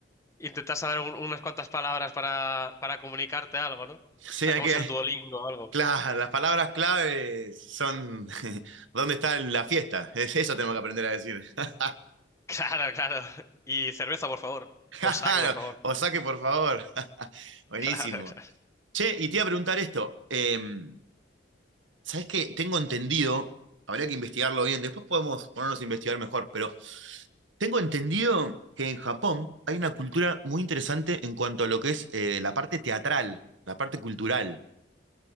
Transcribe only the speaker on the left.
intentas saber un- unas cuantas palabras para, para comunicarte algo, ¿no?
Sacamos
el Duolingo o algo.
<laughs>
Claro, claro. Y cerveza, por favor.
O saque, por favor.
<laughs>
Claro, claro.